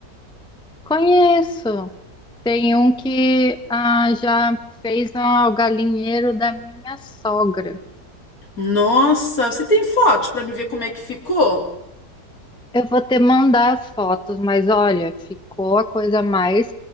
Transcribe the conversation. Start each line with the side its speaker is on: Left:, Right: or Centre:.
Centre: Conheço. Tem um que ah, já fez um galinheiro da minha sogra.
Left: Nossa, você tem fotos pra me ver como é que ficou?
Centre: Eu vou te mandar as fotos, mas olha, ficou a coisa mais